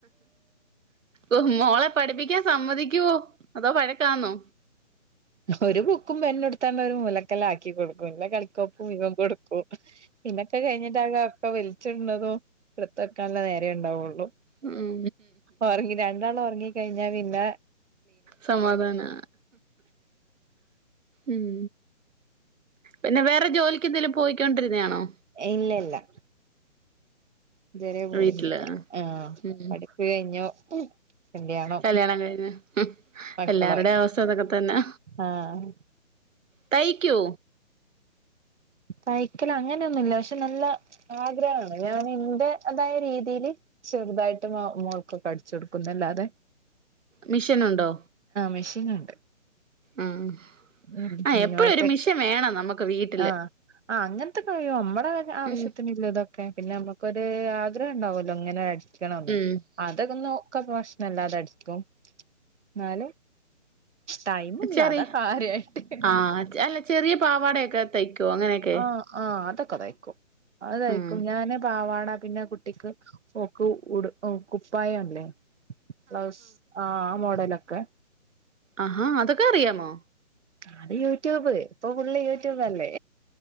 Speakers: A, on the right; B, on the right.
A: ഓഹ് മോളെ പഠിപ്പിക്കാൻ സമ്മതിക്ക്യോ അതോ വഴക്കാന്നോ
B: ഒരു ബുക്കും പെന്നു ഇടുത്താണ്ട് ഒരു മുലക്കല് ആക്കി കൊടുക്കുംല്ല കളി തൊപ്പു ഇവം കൊടുക്കും പിന്നൊക്കെ കഴിഞ്ഞിട്ടാകെ പ്പൊ വലിച്ചിട്ണതും ഇട്ത്തക്കാല്ലേ നേരേണ്ടാവുള്ളൂ
A: ഉം
B: ഒറങ്ങി രണ്ടാളും ഒറങ്ങി കഴിഞ്ഞാ പിന്നാ
A: സമാധാനാ ഉം പിന്നെ വേറെജോലിക്കെന്തേലും പോയിക്കൊണ്ടിരുന്നയാണോ
B: ഇല്ലല്ല ഇതുവരെ പോയില്ല
A: വീട്ടില്
B: ആഹ്
A: ഉം
B: പഠിപ്പ് കഴിഞ്ഞു കല്യാണം
A: കല്ല്യാണം കഴിഞ്
B: മക്കളായി
A: എല്ലാരുടെ അവസ്ഥ ഇതൊക്കെ തന്നെ
B: ആഹ്
A: തയ്‌ക്യൂ
B: തയ്ക്കലങ്ങനെയൊന്നുല്ല പക്ഷെ നല്ല ആഗ്രഹാണ് ഞാന് ന്റെതായ രീതിയില് ചെറുതായിട്ട് മൊ മോൾക്കൊക്കടിച്ചൊടുക്കുന്നല്ലാതെ
A: മിഷനുണ്ടോ
B: മെഷീനുണ്ട്
A: ഉം
B: ഉം
A: ആഹ് എപ്പഴും
B: മറ്റേ
A: ഒരു മിഷൻ വേണം നമ്മക്ക് വീട്ടില്
B: ആഹ് ആഹ് അങ്ങൻത്തെ കഴിയോ മ്മളേ ആവശ്യത്തിനില്ലതൊക്കെ
A: ഉം
B: പിന്നെ നമ്മക്കൊരൂ ആഗ്രഹംണ്ടാവല്ലോ ഇങ്ങനെ അടി ക്കണംന്ന്
A: ഉം
B: അതൊക്കൊന്ന് നോ ക്ക പ്രശ്നല്ലാതെ അടിക്കും ഇന്നാലും ടൈമില്ലാ
A: ചെറിയ
B: അതാ കാര്യായിട്ട്
A: ആഹ് അച് അല്ല ചെറിയ പാവാടെക്കെ തയ്ക്കോ അങ്ങനെക്കെ
B: ആഹ് ആഹ് അതൊക്കെ തയ്ക്കും അത് തയ്ക്കും
A: ആഹ്
B: ഞാന് പാവാടാ പിന്നെ കുട്ടിക്ക് ഓക്ക് ഉട് ഒഹ് കുപ്പായല്ലേ ബ്ലൗസ് ആഹ് ആമോഡലൊക്കെ
A: അഹാ അതൊക്കെ അറിയാമോ
B: അത് യൂട്യൂബ് ഇപ്പൊഫുള്ള് യൂട്യൂബല്ലേ